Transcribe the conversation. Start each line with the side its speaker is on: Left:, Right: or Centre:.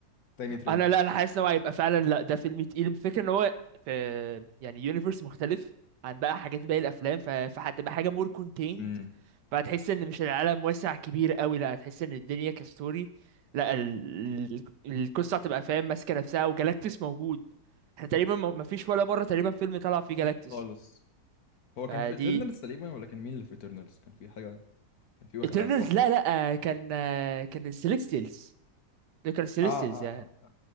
Left: تاني تريلر
Right: انا لا انا حاسس ان هو هيبقى فعلا لا ده فيلم تقيل الفكره ان هو في يعني يونيفرس مختلف عن بقى حاجات باقي الافلام ف- فهتبقى حاجه مور كونتيند
Left: امم
Right: فهتحس ان مش العالم واسع كبير قوي لا هتحس ان الدنيا كستوري لا ال... ال- القصه هتبقى فاهم ماسكه نفسها وجالاكتس موجود احنا تقريبا ما ما فيش ولا مره تقريبا فيلم طلع فيه جالاكتس
Left: خالص هو
Right: فدي
Left: كان في ايترنالز تقريبا ولا كان مين اللي في ايترنالز كان في حاجة كان في واحد
Right: ايترنالز
Left: عامل اب
Right: لا لا كان كان السيليستيلز ده كان السيليستيلز
Left: اه اه اه